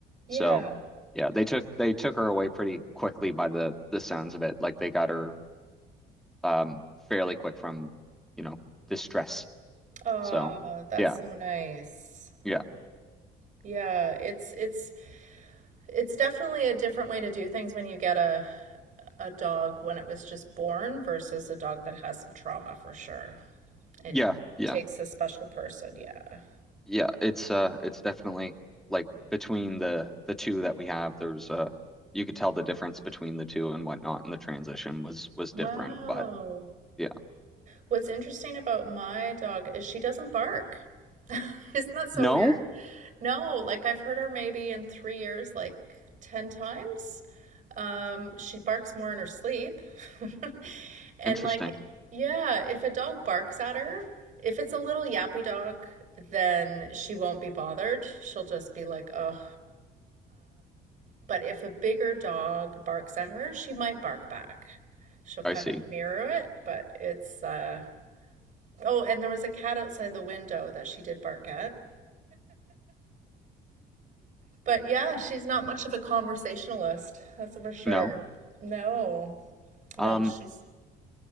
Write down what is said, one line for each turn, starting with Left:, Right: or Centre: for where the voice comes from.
Right: Yeah.
Centre: So yeah, they took they took her away pretty quickly by the the sounds of it. Like they got her um, fairly quick from, you know, distress.
Right: Oh,
Centre: So
Right: that's
Centre: yeah,
Right: so nice.
Centre: yeah,
Right: Yeah, it's it's it's definitely a different way to do things when you get a a dog when it was just born versus a dog that has some trauma for sure. It
Centre: yeah, yeah,
Right: takes a special person, yeah.
Centre: yeah. It's uh, it's definitely like between the the two that we have, there's uh, you could tell the difference between the two and whatnot, and the transition was was
Right: Wow.
Centre: different. But yeah,
Right: What's interesting about my dog is she doesn't bark. Isn't that so
Centre: no,
Right: weird? No, like I've heard her maybe in three years, like 10 times. Um, she barks more in her sleep. <laughs> And
Centre: interesting.
Right: like, yeah, if a dog barks at her, if it's a little yappy dog, then she won't be bothered. She'll just be like, ugh. But if a bigger dog barks at her, she might bark back. She'll kind
Centre: I see.
Right: of mirror it, but it's uh oh, and there was a cat outside the window that she did bark at. But yeah, she's not much of a conversationalist, that's for sure.
Centre: No,
Right: No, no,
Centre: um,
Right: she's